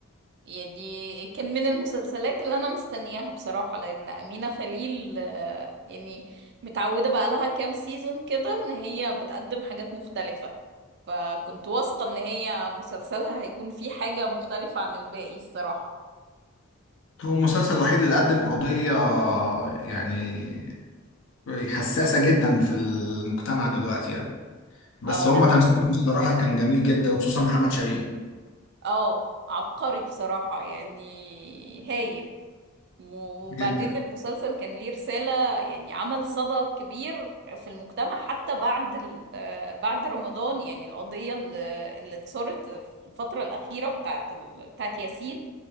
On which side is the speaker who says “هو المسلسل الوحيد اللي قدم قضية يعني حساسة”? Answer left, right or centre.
Left